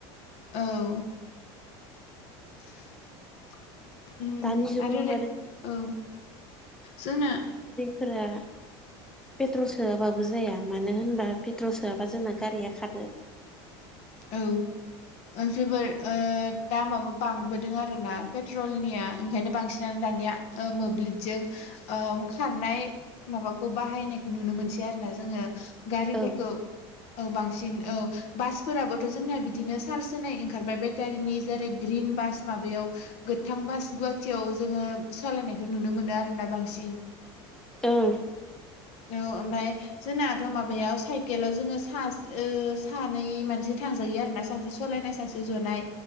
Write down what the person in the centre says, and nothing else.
दानि जुगाव
फोरा पेट्रल सोआबाबो जाया मानो होनबा पेट्रल सोआबा जोंना गारिया खारो
औ
ओं